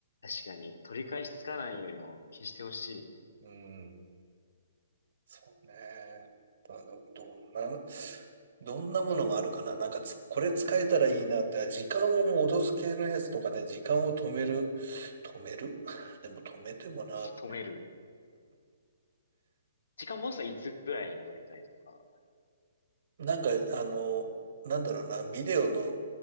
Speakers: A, on the left; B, on the right.
A: かに、取り返しつかないよりも消してほしいね。
B: うん、そうね。あのどんな、どんなものがあるかな。なんかつ、これ使えたらいいなって、あ時間を戻す系のやつとかね、時間を止める。止める <laughs> でも止めてもな。
A: 止める。時間もしたらいつぐらいに戻りたいとか。
B: なんか、あの、なんだろうな、ビデオの、